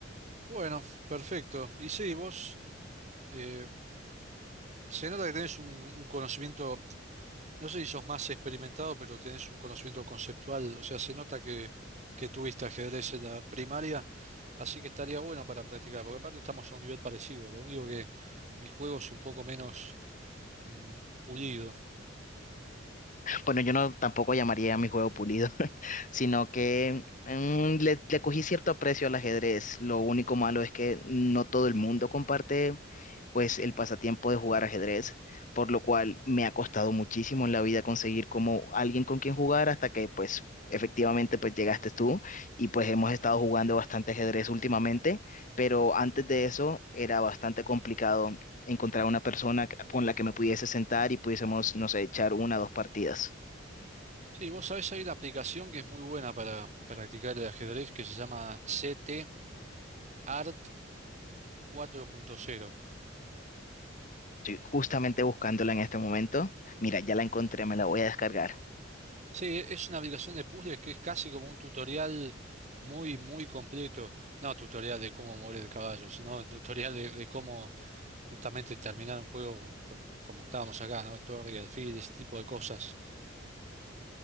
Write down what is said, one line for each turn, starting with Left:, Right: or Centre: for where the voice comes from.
Right: Bueno, perfecto. Y sí, vos eh, se nota que tenés un, un conocimiento No sé si sos más experimentado, pero tenés un conocimiento conceptual, o sea, se nota que, que tuviste ajedrez en la primaria, así que estaría bueno para practicar, porque aparte estamos a un nivel parecido, lo único que mi juego es un poco menos mm, pulido.
Left: Bueno, yo no tampoco llamaría a mi juego pulido, <laughs> sino que mm, le, le cogí cierto aprecio al ajedrez. Lo único malo es que no todo el mundo comparte pues el pasatiempo de jugar ajedrez, por lo cual me ha costado muchísimo en la vida conseguir como alguien con quien jugar hasta que pues efectivamente pues llegaste tú y pues hemos estado jugando bastante ajedrez últimamente, pero antes de eso era bastante complicado encontrar una persona con la que me pudiese sentar y pudiésemos, no sé, echar una o dos partidas.
Right: Sí, vos sabés, hay una aplicación que es muy buena para practicar el ajedrez que se llama CT Art 4.0.
Left: Estoy justamente buscándola en este momento. Mira, ya la encontré, me la voy a descargar.
Right: Sí, es una aplicación de puzzles que es casi como un tutorial muy, muy completo. No tutorial de cómo mover el caballo, sino tutorial de de cómo justamente terminar un juego con, con- como estábamos acá, ¿no? Torre y alfil, ese tipo de cosas.